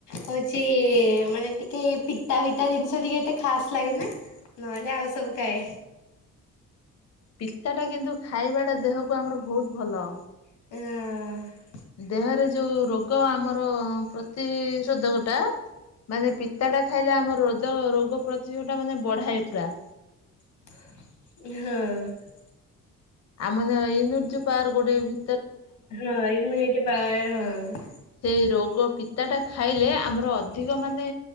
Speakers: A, on the left; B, on the left.
A: ହଉଛି ମାନେ ଟିକେ ପିତା ଫିତା ଜିନିଷ ଟିକେ ଏତେ ଖାସ ଲାଗେ ନା। ନହେଲେ ଆଉ ସବୁ ଖାଏ।
B: ପିତା ଟା କିନ୍ତୁ ଖାଇବା ଟା ଦେହକୁ ଆମର ବହୁତ ଭଲ।
A: ହଁ।
B: ଦେହରେ ଯୋଉ ରୋଗ ଆମର ପ୍ରତିସୋଧକ ଟା ମାନେ ପିତା ଟା ଖାଇଲେ ଆମର ରୋଦ ରୋଗ ପ୍ରତିରୋଧକଟା ମାନେ ବଢାଏ ପୁରା।
A: ହଁ।
B: ଆମର ଇନ୍ୟୁଟି ଯୋଉ ପାୱାର ଯୋଉ ଗୋଟେ ଭି
A: ହଁ ଇମ୍ୟୁନିଟି ପାୱାର ହଁ।
B: ସେଇ ରୋଗ ପିତାଟା ଖାଇଲେ ଆମର ଅଧିକ ମାନେ